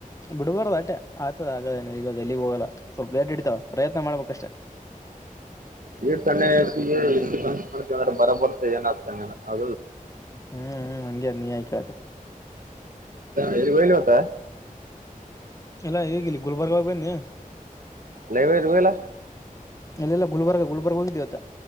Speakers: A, on the left; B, on the right.
A: ಬಿಡ್ಬಾರ್ದ ಅಟ್ಟೆ ಆಗ್ತದ ಆಗದೇ ಈಗ ಎಲ್ಲಿಗ್ ಹೋಗಲ್ಲ ಸ್ವಲ್ಪ ಬ್ಲೇಟ್ ಇಡಿತತಾವ ಪ್ರಯತ್ನ ಮಾಡ್ಬೇಕಷ್ಟೆ
B: ಯೇಟತ ಅನ್ಯಾಗ್ ಐತ ಲೇ ದ್ರೆ ಬರ ಬರ್ ಏನ್ ಆಗ್ತದೆ ಅ
A: ಹ್ಮ್ ಹ್ಮ್ ಹಂಗಗೆ ನೀಯಾಯತ
B: ಲ್ಲಿಲಿ ಗತ್ತ
A: ಎಲ್ಲಾ ಹೇಗಿಲ್ಲ ಗುಲ್ಬರ್ಗಾಗ ಬನ್ನಿ
B: ಲೈಬ್ರರಿ ಲ್ಲಾ
A: ಅಲ್ಲೆಲ್ಲ ಗುಲ್ಬರ್ಗ ಗುಲ್ಬರ್ಗ ಹೋಗಿದ್ದೇವತ್ತ